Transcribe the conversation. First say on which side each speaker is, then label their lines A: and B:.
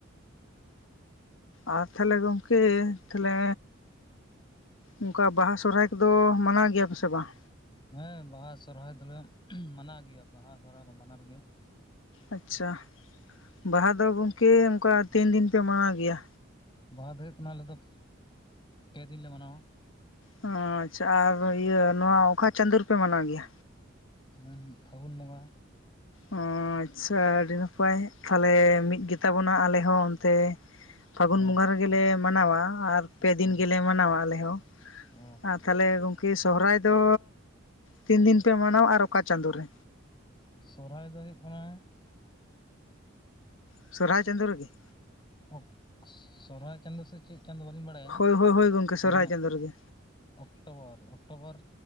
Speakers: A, on the left (about 75°); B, on the left (about 25°).
A: ᱟᱨ ᱛᱟᱦᱚᱞᱮ ᱜᱚᱝᱠᱮ, ᱛᱟᱦᱚᱞᱮ ᱚᱱᱠᱟ ᱵᱟᱦᱟ ᱥᱚᱨᱦᱟᱭ ᱠᱚᱫᱚ ᱢᱟᱱᱟᱣ ᱜᱮᱭᱟ ᱯᱮ ᱥᱮ ᱵᱟᱝ?
B: ᱦᱮᱸ ᱵᱟᱦᱟ ᱥᱚᱨᱦᱟᱭ ᱫᱚᱞᱮ ᱢᱟᱱᱟᱣ ᱜᱮᱭᱟ, ᱵᱟᱦᱟ ᱥᱚᱨᱦᱟᱭ ᱢᱟ ᱵᱟᱱᱟᱨ ᱜᱮ
A: ᱟᱪᱷᱟ, ᱵᱟᱦᱟ ᱫᱚ ᱜᱚᱝᱠᱮ ᱚᱱᱠᱟ ᱛᱤᱱ ᱫᱤᱱ ᱯᱮ ᱢᱟᱱᱟᱣ ᱜᱮᱭᱟ?
B: ᱵᱟᱦᱟ ᱫᱚ ᱦᱩᱭᱩᱜ ᱠᱟᱱᱟ ᱟᱞᱮ ᱫᱚ ᱯᱮ ᱫᱤᱱ ᱞᱮ ᱢᱟᱱᱟᱣᱟ᱾
A: ᱦᱚᱸ ᱟᱪᱷᱟ ᱟᱨ ᱤᱭᱟᱹ ᱱᱚᱣᱟ ᱚᱠᱟ ᱪᱟᱸᱫᱳ ᱨᱮ ᱯᱮ ᱢᱟᱱᱟᱣ ᱜᱮᱭᱟ?
B: ᱟᱸᱜ ᱯᱷᱟᱹᱜᱩᱱ ᱵᱚᱸᱜᱟ
A: ᱚᱸ ᱟᱪᱷᱟ ᱟᱹᱰᱤ ᱱᱟᱯᱟᱭ ᱛᱟᱦᱚᱞᱮ ᱢᱤᱫ ᱜᱮᱵᱚᱱᱟ, ᱟᱞᱮ ᱦᱚᱸ ᱛᱮ ᱯᱷᱟᱹᱜᱩᱱ
B: ᱦᱮᱸ
A: ᱵᱚᱸᱜᱟ ᱨᱮᱜᱮᱞᱮ ᱢᱟᱱᱟᱣᱟ ᱟᱨ ᱯᱮ ᱫᱤᱱ
B: ᱦᱮᱸ
A: ᱜᱮᱞᱮ ᱢᱟᱱᱟᱣᱟ ᱟᱞᱮ ᱦᱚᱸ
B: ᱚ
A: ᱟ ᱛᱟᱦᱚᱞᱮ ᱜᱚᱝᱠᱮ ᱥᱚᱦᱚᱨᱟᱭ ᱫᱚ ᱛᱤᱱ ᱫᱤᱱ ᱯᱮ ᱢᱟᱱᱟᱣᱟ ᱟᱨ ᱚᱠᱟ ᱪᱟᱸᱫᱳ ᱨᱮ᱾
B: ᱥᱚᱨᱦᱟᱭ ᱫᱚ ᱦᱩᱭᱩᱜ ᱠᱟᱱᱟ
A: ᱥᱚᱨᱦᱟᱭ ᱪᱟᱸᱫᱳ ᱨᱮᱜᱤ?
B: ᱚᱜ ᱥᱚ ᱥᱚᱨᱦᱟᱭ ᱪᱟᱸᱫᱳ ᱥᱮᱫ ᱪᱮᱫ ᱪᱟᱸᱫᱚ ᱵᱟᱹᱞᱤᱧ ᱵᱟᱲᱟᱭᱟ
A: ᱦᱳᱭ ᱦᱳᱭ ᱦᱳᱭ ᱜᱚᱢᱠᱮ ᱥᱚᱨᱦᱟᱭ
B: ᱚᱸᱱᱟ
A: ᱪᱟᱸᱫᱳ ᱨᱮᱜᱮ
B: ᱚᱠᱴᱚᱵᱚᱨ, ᱚᱠᱴᱚᱵᱚᱨ